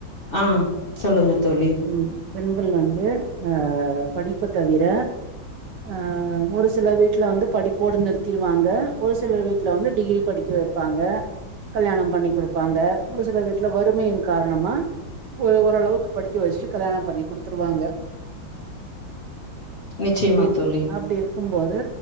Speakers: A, on the left; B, on the right.
A: ஆ சொல்லுங்க தோழி
B: ம் பெண்கள் வந்து அ படிப்ப தவிர அ ஒரு சில வீட்ல வந்து படிப்போட நிறுத்திருவாங்க ஒரு சில வீட்ல வந்து டிகிரி படிக்க வைப்பாங்க கல்யாணம் பண்ணி குடுப்பாங்க ஒரு சில வீட்ல வறுமையின் காரணமா ஒரு ஓரளவுக்கு படிக்க வச்சுட்டு கல்யாணம் பண்ணி குடுத்துருவாங்க
A: நிச்சயமா
B: அப்டி இரு
A: தோழி.
B: அப்டி இருக்கும் போது